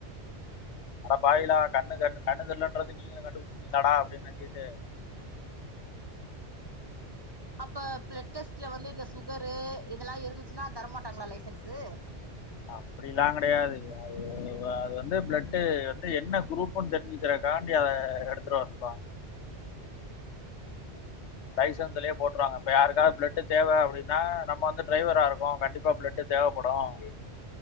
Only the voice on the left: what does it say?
அட பாவியலா கண்ணு கண் கண்ணு தெரிலன்றது நீங்களு கண்டுபிடிச்சுட்டிங்களாடா அப்டின்னு நெனச்சுட்டு <inaudible>
அப்புடில்லா கெடையாது அது துவா அது வந்து ப்ளட்டு வந்து என்ன குரூப்ன்னு தெரிஞ்சுக்குற காண்டி அத எடுத்துட்டுவற சொல்லுவாங்க <inaudible> லைசன்ஸ்லயே போட்டுருவாங்க இப்ப யாருக்காவது ப்ளட் தேவ அப்டின்னா நம்ம வந்து ட்ரைவரா இருக்கோ கண்டிப்பா ப்ளட் தேவப்படும்